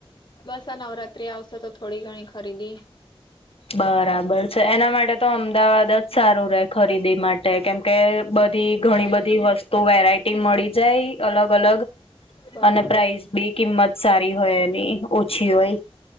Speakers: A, on the left; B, on the left.
A: બસ આ નવરાત્રી આવશે થોડી ઘણી ખરીદી
B: બરાબર છે એના માટે તો અમદાવાદ જ સારુ રે ખરીદી માટે કેમકે બધી ઘણી
A: હમ
B: બધી વસ્તુ વેરાયટી મળી જાય અલગ અલગ
A: બરાબર
B: અને પ્રાઇસ બી કિંમત સારી હોય એની ઓછી હોય